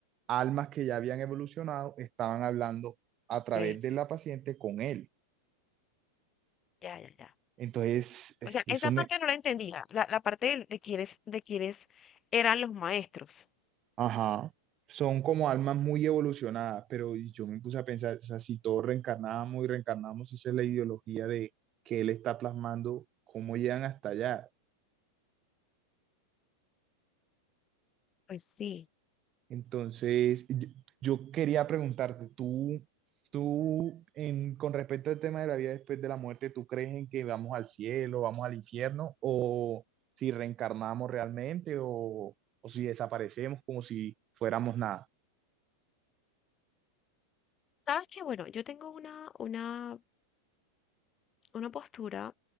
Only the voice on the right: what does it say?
almas que ya habían evolucionado, estaban hablando a través
de la paciente con él.
Entonces, eh,
eso
me,
ajá, son como almas muy evolucionadas, pero yo me puse a pensar, o sea, si todos reencarnamos y reencarnamos, esa es la ideología de que él está plasmando, cómo llegan hasta allá.
Entonces, y- yo quería preguntarte, tú, tú, en, con respecto al tema de la vida después de la muerte, ¿tú crees en que vamos al cielo, vamos al infierno, o si reencarnamos realmente, o, o si desaparecemos como si fuéramos nada?